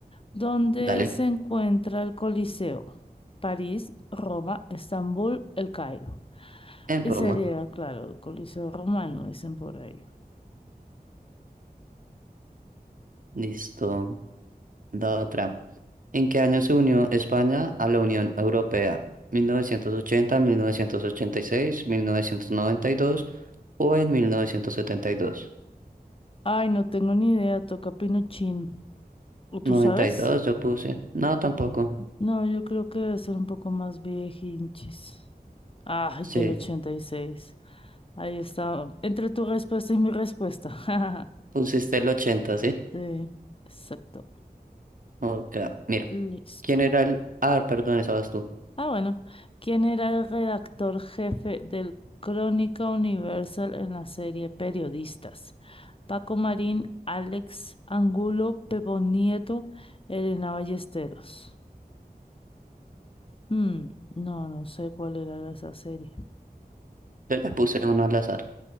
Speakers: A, on the left; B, on the right.
A: ¿Dónde
B: dale.
A: se encuentra el Coliseo? París, Roma, Estambul, El Cairo.
B: En
A: Y
B: Roma.
A: sería, claro, el Coliseo romano, dicen por ahí.
B: Listo. La otra. ¿En qué año se unió España a la Unión Europea? ¿1980, 1986, 1992 o en 1972?
A: Ay, no tengo ni idea, toca Pinochín. ¿O tú
B: 92
A: sabes?
B: yo puse. No, tampoco.
A: No, yo creo que debe ser un poco más hinches. Ay,
B: Sí,
A: del 86. Ahí está. Entre tu respuesta y mi respuesta. <laughs>
B: pusiste el 80, ¿sí?
A: Sí, exacto.
B: Ok, mira.
A: Listo.
B: ¿Quién era el...? Ah, perdón, esa vas tú.
A: Ah, bueno. ¿Quién era el redactor jefe del Crónica Universal en la serie Periodistas? Paco Marín, Alex Angulo, Pepo Nieto, Elena Ballesteros. Mm, no, no sé cuál era esa serie.
B: Yo ya puse uno al azar.